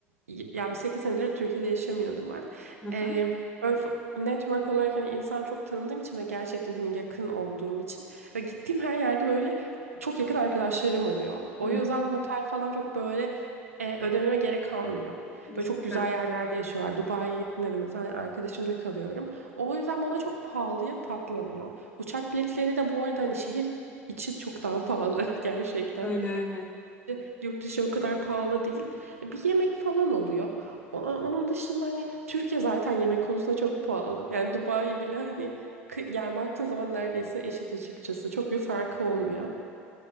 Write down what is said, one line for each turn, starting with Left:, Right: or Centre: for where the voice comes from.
Right: y- yani 8 senedir Türkiye'de yaşamıyordum ben.
Left: Hı hı.
Right: Ee, böyle f- network olarak hani insan çok tanıdığım için ve gerçekten hani yakın olduğum için ve gittiğim her yerde böyle çok yakın arkadaşlarım oluyor. O
Left: Hı,
Right: yüzden otel falan çok böyle e, ödememe gerek kalmıyor.
Left: ne
Right: Böyle
Left: süper.
Right: çok güzel yerlerde yaşıyorlar. Dubai'ye gittiğimde de mesela arkadaşımda kalıyorum. O yüzden bana çok pahalıya patlamıyor. Uçak biletleri de bu arada hani şehir İçi çok daha pahalı <laughs> gerçekten.
Left: Öyle öyle.
Right: E, Yurt dışı o kadar pahalı değil. E, Bir yemek falan oluyor. Ona- Onun dışında hani Türkiye zaten yemek konusunda çok pahalı. Yani Dubai bile hani kı- yani baktığın zaman neredeyse eşit açıkçası. Çok bir farkı olmuyor.